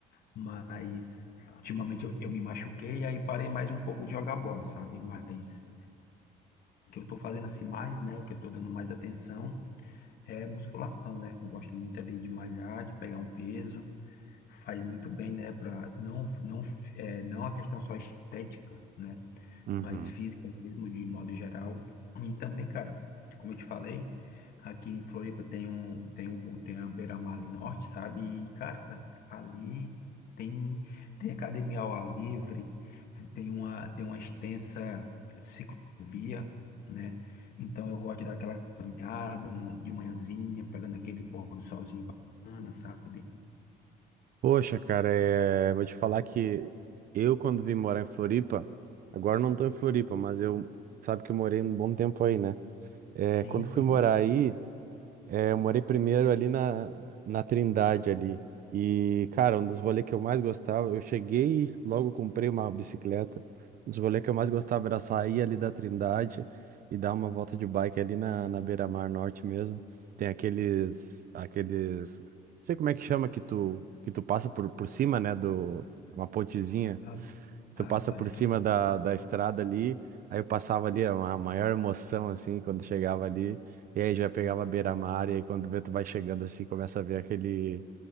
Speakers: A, on the left; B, on the right.
A: mas ultimamente eu, eu me machuquei, aí parei mais um pouco de jogar bola, sabe? Mas o que eu tô fazendo assim mais, né? O que eu tô dando mais atenção é musculação, né? Eu gosto muito ali de malhar, de pegar um peso, faz muito bem, né? Pra não, não, é, não a questão só estética, né?
B: Uhum.
A: mais física mesmo, de modo geral. E também, cara, como eu te falei, aqui em Floripa tem um, tem um, tem a Beira-Mar ali Norte, sabe? E, cara, ali tem, tem academia ao ar livre, tem uma, tem uma extensa ciclovia, né? Então eu gosto de dar aquela caminhada no- de manhãzinha, pegando aquele pôr do solzinho bacana, sabe?
B: Poxa, cara, é, vou te falar que eu, quando vim morar em Floripa, agora eu não tô em Floripa, mas eu, sabe que eu morei um bom tempo aí, né? É,
A: Sim,
B: quando
A: sim,
B: fui morar
A: lembro.
B: aí, é, eu morei primeiro ali na, na Trindade ali. E, cara, um dos rolês que eu mais gostava, eu cheguei e logo comprei uma bicicleta. Um dos rolês que eu mais gostava era sair ali da Trindade e dar uma volta de bike ali na, na Beira-Mar Norte mesmo. Tem aqueles, aqueles, não sei como é que chama, que tu, que tu passa por, por cima, né, do, uma pontezinha.
A: Ah,
B: Tu
A: tá,
B: passa
A: tá,
B: por
A: esqueci.
B: cima da, da estrada ali, aí eu passava ali, era uma maior emoção, assim, quando chegava ali, e aí já pegava a beira-mar, e aí quando vê, tu vai chegando assim, começa a ver aquele,